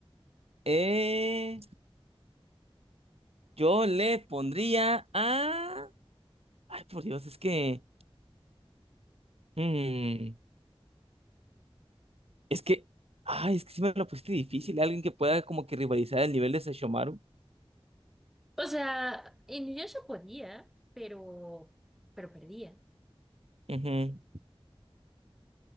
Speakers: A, on the right; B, in the centre.
A: Eh... Yo le pondría a... Ay, por Dios, es que... mm, es que... Ay, es que sí me lo pusiste difícil. Alguien que pueda como que rivalizar el nivel de Sesshomaru.
B: O sea, Inuyasha podía, pero, pero perdía.
A: Ujú.